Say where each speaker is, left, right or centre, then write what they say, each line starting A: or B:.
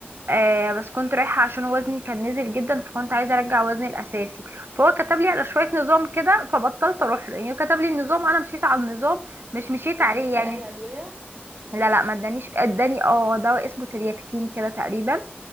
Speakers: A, on the right (about 65°); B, on the right (about 40°).
A: آه بس كنت رايحه عشان وزني كان نزل جدا فكنت عايزه ارجع وزني الاساسي فهو كتب لي على شويه نظام كده فبطلت اروح له يعني هو كتب لي النظام انا مشيت على النظام مش مشيت
B: اداكي
A: عليه يعني
B: أي أدوية
A: لا لا ما ادانيش اداني اه دواء اسمه ترياكتين كده تقريبا